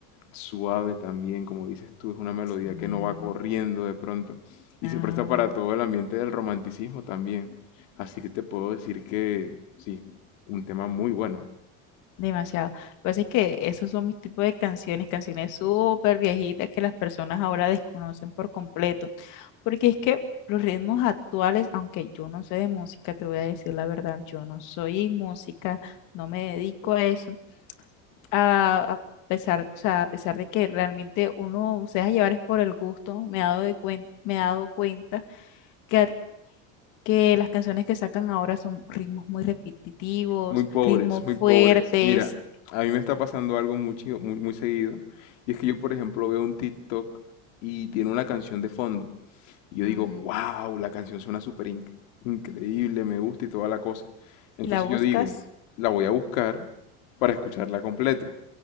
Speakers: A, on the left; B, on the left.
A: suave también, como dices tú, es una melodía
B: Sí,
A: que no va corriendo de pronto y
B: nada.
A: se presta para todo el ambiente del romanticismo también. Así que te puedo decir que sí, un tema muy bueno.
B: Demasiado. Lo que pasa es que esos son mis tipos de canciones, canciones súper viejitas que las personas ahora desconocen por completo. Porque es que los ritmos actuales, aunque yo no sé de música, te voy a decir la verdad, yo no soy música, no me dedico a eso. A, a pesar, o sea, a pesar de que realmente uno se deja llevar es por el gusto, me he dado de cuen- me he dado cuenta que, a- que las canciones que sacan ahora son ritmos muy repetitivos,
A: Muy pobres,
B: ritmos
A: muy
B: fuertes.
A: pobres. Mira, a mí me está pasando algo muy, chido- muy, muy seguido y es que yo, por ejemplo, veo un TikTok y tiene una canción de fondo y yo
B: Ujú.
A: digo, wow, la canción suena súper inc- increíble, me gusta y toda la cosa. Entonces
B: Y la buscas,
A: yo digo, la voy a buscar para escucharla completa.